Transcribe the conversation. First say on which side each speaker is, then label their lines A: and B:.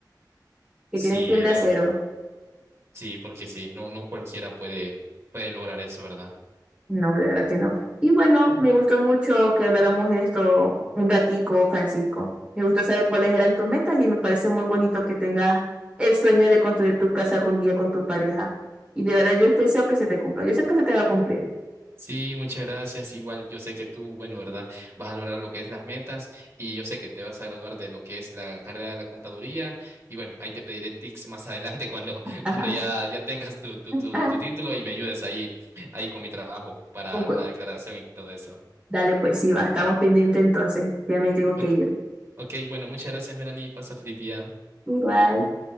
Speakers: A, on the right (about 15°); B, on the right (about 40°).
A: que
B: Sí,
A: tienen piel de
B: la
A: acero.
B: verdad. Sí, porque sí, no, no cualquiera puede, puede lograr eso, ¿verdad?
A: No, de verdad que no. Y bueno, me gustó mucho que habláramos de esto un ratico, Francisco. Me gustó saber cuáles eran tus metas y me parece muy bonito que tengas el sueño de construir tu casa algún día con tu pareja. Y de verdad yo deseo que se te cumpla. Yo sé que se te va a cumplir.
B: Sí, muchas gracias. Igual yo sé que tú, bueno, ¿verdad? Vas a lograr lo que es las metas y yo sé que te vas a graduar de lo que es la carrera de la contaduría y bueno, ahí te pediré tips más adelante cuando, <laughs>
A: <laughs>
B: cuando ya, ya tengas tu, tu, tu,
A: Ah,
B: tu título y me ayudes ahí, ahí con mi trabajo para
A: concu-
B: la declaración y todo eso.
A: dale, pues sí, va, estamos pendientes entonces. Ya me tengo
B: Ok,
A: que ir.
B: ok, bueno, muchas gracias, Melanie. Pasa feliz día.
A: Igual.